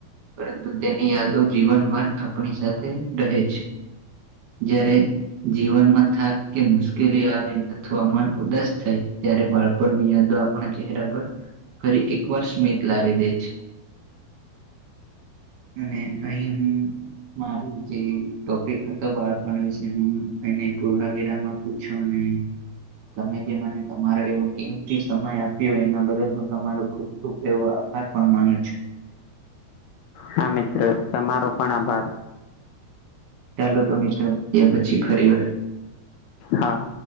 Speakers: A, on the right; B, on the left.
A: પરંતુ તેની યાદો જીવનભર આપણી સાથે રહે છે. જયારે જીવનમાં થાક કે મુશ્કેલી આવે અથવા મન ઉદાસ થાય ત્યારે બાળપણની યાદો આપણા ચહેરા પર ફરી એકવાર સ્મિત લાવી દે છે. અને અહી હું મારું જે ટોપિક હતું. તો બાળપણ વિશે હું એને પૂર્ણ વિરામ આપુ છુ અને તમે જે મને તમારો એવો કિંમતી સમય આપ્યો એના બદલ હું તમારો ખુબ ખુબ એવો આભાર પણ માનું છુ
B: હા મિત્ર તમારો પણ આભાર
A: ચાલો તો મિત્રો એમ પછી ફરી વાર
B: હા